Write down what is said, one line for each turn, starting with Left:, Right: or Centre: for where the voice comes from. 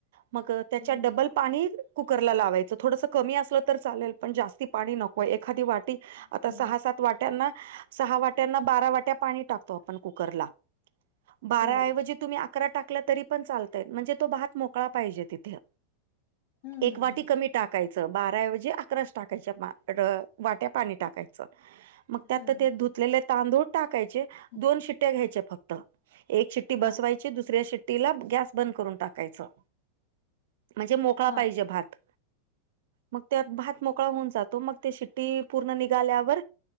Right: मंग त्यांच्या
Left: एवढं
Right: डबल पाणी कुकरला लावायचं, थोडंसं कमी असलं तरी चालेल पणं जास्तं पाणी नको ए, एखादी वाटी
Left: जास्त
Right: आंता सहा
Left: नको
Right: सात वाट्यांना, सहा वाट्यांना बारा वाट्या पाणी टाकतो आपणं कुकरलां बारा
Left: हो
Right: ऐवजी तुम्हीं अकरा टांकल्यां तरी पणं चालतंय म्हणजे तो भातं मोकळा पाहिजे तिथे,
Left: हम्म
Right: एक
Left: हम्म
Right: वाटी कमीत टाकायचं बाराऐवजी अकराच टांकायच्या वाट्यां पाणी टाकायचं मंग त्यांत
Left: हा
Right: ते धुंतलेले तांदूळ टाकायचे
Left: हा
Right: दोन शिट्ट्या घ्यांयचे फक्तं एक शिट्टी
Left: हा
Right: बसवांयची आणु दुसऱ्या शिट्टीला गॅस बंद करूंन टाकायचं म्हणजे मोकळा
Left: हा
Right: पाहिजे भात. मग त्यात भात मोकळा होऊन जातो मग ते शिट्टी पूर्ण निघाल्यावर